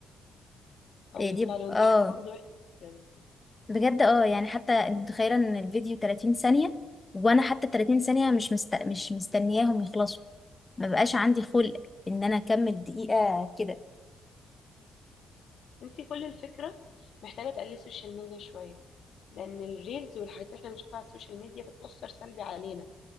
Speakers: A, on the left (about 65°); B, on the left (about 20°).
A: ايوه
B: إيه دي ب-
A: فعلا ودي
B: اه
A: حاجة برضو وحشة جدا
B: بجد اه يعني حتى انت متخيلة ان الفيديو 30 ثانية وانا حتى 30 ثانية مش مست... مش مستنياهم يخلصوا ما بقاش عندي خلق ان انا اكمل دقيقة كده
A: انت كل الفكرة محتاجة تقللي السوشيال ميديا شوية لان الريلز والحاجات اللي احنا بنشوفها على السوشيال ميديا بتأثر سلبي علينا